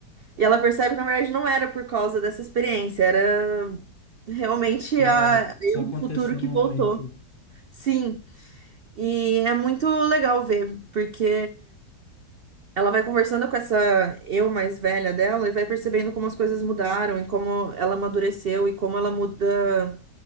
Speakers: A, on the right; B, on the left.
A: E ela percebe que, na verdade, não era por causa dessa experiência, era realmente
B: só,
A: a eu
B: só aconteceu
A: do futuro que
B: no momento.
A: voltou. Sim, e é muito legal ver, porque ela vai conversando com essa eu mais velha dela e vai percebendo como as coisas mudaram e como ela amadureceu e como ela muda